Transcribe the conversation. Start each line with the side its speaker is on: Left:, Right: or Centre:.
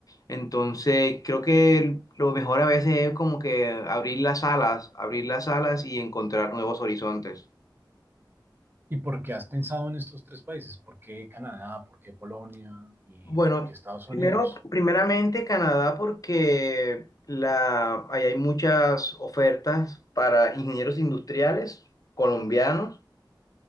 Left: Entonces, creo que lo mejor a veces es como que abrir las alas, abrir las alas y encontrar nuevos horizontes.
Right: ¿Y por qué has pensado en estos tres países? ¿Por qué Canadá? ¿Por qué Polonia? ¿Y
Left: Bueno,
Right: por qué Estados
Left: primero,
Right: Unidos?
Left: primeramente Canadá porque la, ahí hay muchas ofertas para ingenieros industriales colombianos